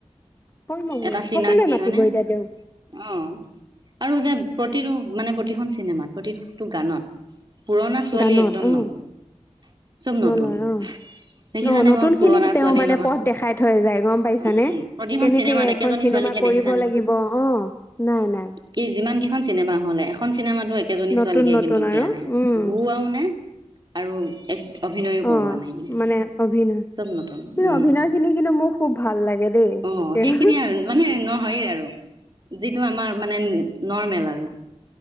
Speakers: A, on the left; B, on the right.
A: কৰ্ম হল
B: এটা চিনাক
A: সকলোৱে
B: কি
A: মাতিব
B: মানে অ,
A: এতিয়া তেওঁ
B: আৰু যে প্ৰতিটো মানে প্ৰতিখন চিনেমাত প্ৰতিটো গানত পুৰণা ছোৱালী
A: গানত
B: একদম
A: অ
B: নহয় চব
A: নলয়
B: নতুন
A: অ
B: দেখি
A: ন
B: জানে
A: নতুন
B: বাৰু
A: খিনিক
B: পুৰণা
A: তেওঁ
B: ছোৱালীৰ
A: মানে
B: লগত
A: পথ দেখাই থৈ যায় গম পাইছানে
B: উম, প্ৰতিখন
A: কেনেকে
B: চিনেমাত
A: এখন
B: একেজনী
A: চিনেমা
B: ছোৱালীকে
A: কৰিব
B: দেখিছ নে
A: লাগিব অ নাই নাই
B: কি যিমান কি এখন চিনেমা হলে এখন চিনেমাতো একেজনী
A: নতুন
B: ছোৱালীকে
A: নতুন
B: কিন্তু
A: আৰু
B: দিয়া নাই
A: উম
B: ঘৰুৱাও নে? আৰু এক অভিনয়ো কৰোৱা
A: অ
B: নাই কিন্তু
A: মানে অভিনয়
B: চব নতুন
A: কিন্তু
B: উম
A: অভিনয় খিনি কিন্তু মোৰ খুব ভাল লাগে দেই।
B: অ
A: তেওঁ
B: সেইখিনিয়ে আৰু <unintelligible> নহয় আৰু যিটো আমাৰ মানে নৰ্মেল আৰু।